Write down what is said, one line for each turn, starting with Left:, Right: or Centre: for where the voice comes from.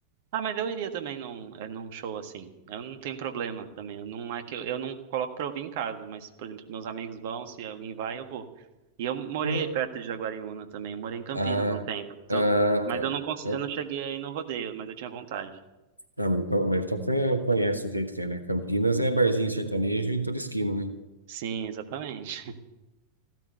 Right: Ah, mas eu iria também num, é, num show assim. Eu não tenho problema também. Eu não é que eu, eu não coloco pra ouvir em casa, mas, por exemplo, meus amigos vão, se alguém vai, eu vou. E eu morei
Left: É.
Right: perto de Jaguariúna também. Eu morei em Campinas
Left: Ah,
Right: um tempo. Então,
Left: ah,
Right: mas
Left: tá.
Right: eu não consegui,
Left: Então-
Right: eu não cheguei aí no rodeio, mas eu tinha vontade.
Left: Ah, mas então, mas então você conhece o jeito que é, né? Campinas é barzinho sertanejo em toda esquina, né?
Right: Sim, exatamente. <laughs>